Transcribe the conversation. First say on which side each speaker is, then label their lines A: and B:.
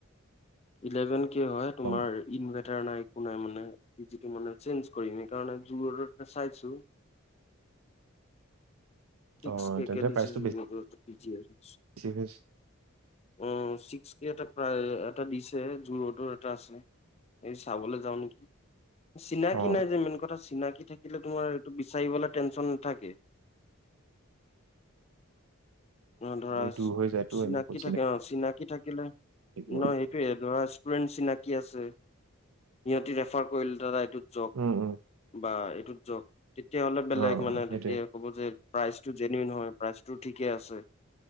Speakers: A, on the left (about 30°); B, on the right (about 75°).
A: ইলেভেন সেইটো হয় তোমাৰ
B: অ
A: ইনভে না নাই একো নাই মানে পিজিটো মানে চেঞ্জ কৰিম সেকাৰণে মানে জু-ৰডতে চাইছো ফিক্স
B: অ
A: কে
B: তেন্তে
A: কে দিচেচ
B: প্ৰাইচটো
A: <unintelligible> পি জি আৰু
B: বেছি হৈছে
A: অ ছিক্স কেতট প্ৰায় এটা দিছে জোৰতো এটা আছে এই চাবলে যাওঁ নিকি চিনাকি
B: অ অ
A: নাই যে মেইন কথা চিনাকি থাকিলে তোমাৰ এইটো বিচাৰিবলে টেনচন নাথাকে অ', ধৰা
B: বোলো দূৰ হৈ যায়তো
A: চিনাকি
B: এনে ক'ত
A: থাকে অ চিনাকি থাকিলে
B: থাকিব
A: নহ
B: আৰু
A: সেইটোয়ে ধৰা টোয়েন চিনাকি আছে সিহঁতি ৰেফাৰ কৰিলে দাদা এইটোত যওক
B: উম উম
A: বা এইটোত যওক তেতিয়াহ'লে বেলেগ
B: অ অ
A: মানে
B: সেইটোৱে
A: তেতিয়া ক'ব যে প্ৰাইচটো জেনুৱেন হয় প্ৰাইচটো ঠিকে আছে